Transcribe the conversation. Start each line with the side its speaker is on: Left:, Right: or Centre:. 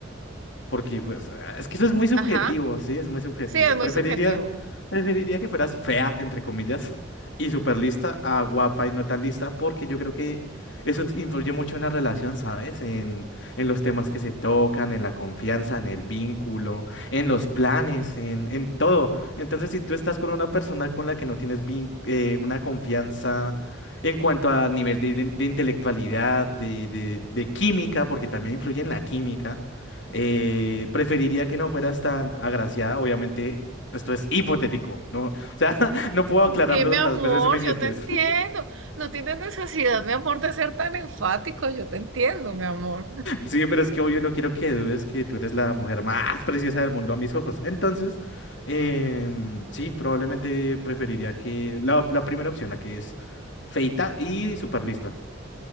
Left: Porque, pues, ah, es que eso es muy subjetivo,
Right: Ajá.
Left: sí, es muy subjetivo.
Right: Sí, es muy
Left: Preferiría,
Right: subjetivo.
Left: preferiría que fueras fea, entre comillas, <laughs> y super lista a guapa y no tan lista, porque yo creo que eso te influye mucho en la relación, ¿sabes? En, en los temas que se tocan, en la confianza, en el vínculo, en los planes, en, en todo. Entonces, si tú estás con una persona con la que no tienes vin- eh, una confianza en cuanto al nivel de, de intelectualidad, de, de de química, porque también influye en la química. Eh, preferiría que no fueras tan agraciada, obviamente. Esto es hipotético, ¿no? O sea, <laughs> no puedo aclararlo
Right: Sí, mi amor,
Left: las veces suficientes.
Right: yo te entiendo.
Left: <laughs>
Right: No tienes necesidad, mi amor, de ser tan enfático. Yo te entiendo, mi amor.
Left: Sí, pero es que obvio no quiero que dudes que tú eres la mujer más preciosa del mundo a mis ojos. Entonces, em, sí, probablemente preferiría que la, la primera opción, la que es feita y súper lista.